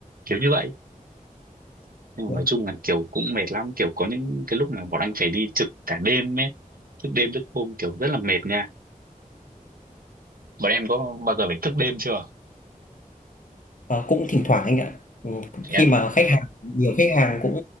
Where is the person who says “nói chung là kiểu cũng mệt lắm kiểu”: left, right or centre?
Right